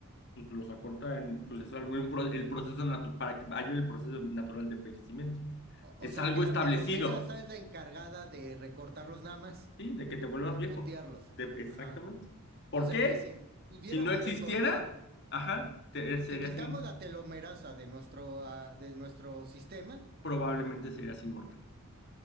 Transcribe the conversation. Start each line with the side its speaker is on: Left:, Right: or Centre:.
Left: pues los acorta en, proceso es pro- el proceso natu- para que haya el proceso natural de envejecimiento.
Right: O, o
Left: Es
Right: sea
Left: algo
Right: que la
Left: establecido,
Right: telomera esa es la encargada de recortarlos nada más,
Left: ¿sí? De que te vuelvas
Right: de
Left: viejo.
Right: putearlos.
Left: De- exactamente.
Right: Ajá.
Left: ¿Por
Right: O sea
Left: qué?
Right: que si pudiéramos
Left: Si no existiera,
Right: recortar,
Left: ajá, te- serías
Right: si quitamos
Left: in-
Right: la telomerasa de nuestro, ah, de nuestro sistema.
Left: probablemente serías inmortal,